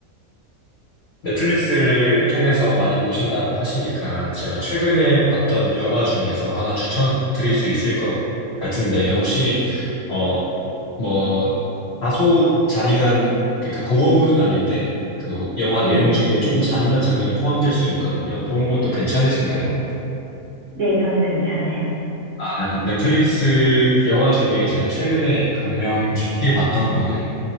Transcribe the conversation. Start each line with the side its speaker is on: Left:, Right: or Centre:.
Left: 넷플릭스를 통해서 많이 보신다고 하시니까 제가 최근에 봤던 영화 중에서 하나 추천드릴 수 있을 것 같은데 혹시 어, 뭐 다소 잔인한 그러니까 고어물은 아닌데 그 영화
Right: 네.
Left: 내용 중에 조금 잔인한 장면이 포함될 수는 있거든요. 그런 것도 괜찮으신가요?
Right: 네, 저는 괜찮아요.
Left: 아, 넷플릭스 영화 중에 제가 최근에 감명 깊게 봤던 거는